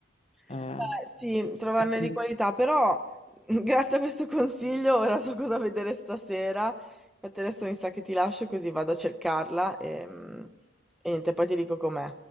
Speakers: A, on the left; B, in the centre.
A: eh,
B: Eh, sì, trovarne
A: e quindi
B: di qualità, però <laughs> grazie a questo consiglio ora so cosa vedere stasera. Infatti adesso mi sa che ti lascio così vado a cercarla e, e niente, poi ti dico com'è.